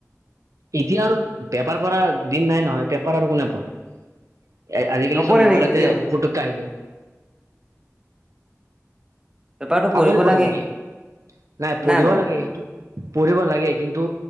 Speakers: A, on the right; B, on the right.
A: এতিয়া আৰু পেপাৰ পঢ়া দিন নাই নহয় পেপাৰ আৰু কোনে পঢ়ে আজিকালি
B: নপঢ়ে
A: চব মোবাইলতে
B: নেকি কিয়
A: পুটকে আহি যায়
B: পেপাৰটো পঢ়িব
A: আপুনি পঢ়ে
B: লাগে
A: নেকি নাই পঢ়িব
B: না না
A: লাগে
B: উম
A: সেইটো পঢ়িব লাগে কিন্তু